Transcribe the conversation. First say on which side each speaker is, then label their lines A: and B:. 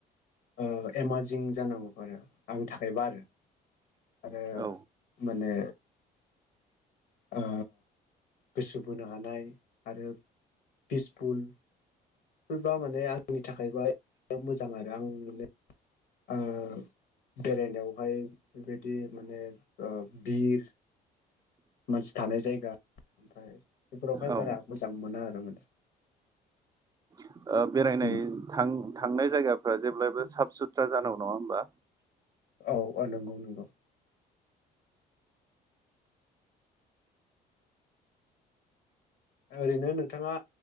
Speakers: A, on the left; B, on the right.
A: ओ एमाजिं जानांगौ। आंनि थाखायबा आरो, आरो
B: औ
A: माने ओ गोसो बोनो हानाय आरो फिस <unintelligible> नि थाखायबा मोजां आरो आंनि नुनायाव। ओ बेरायनायावहाय बेबायदि माने ओ बिर मानसि थानाय जायगा ओमफ्राय बेफोरावहाय
B: औ
A: बारा मोजां मोना आरो माने
B: ओ बेरायनाय
A: उम।
B: थां थांनाय जायगाफ्रा जेब्लायबो साफ सुथ्रा जानांगौ नङा होमबा?
A: औ औ नंगौ नंगौ। ओरैनो नोंथाङा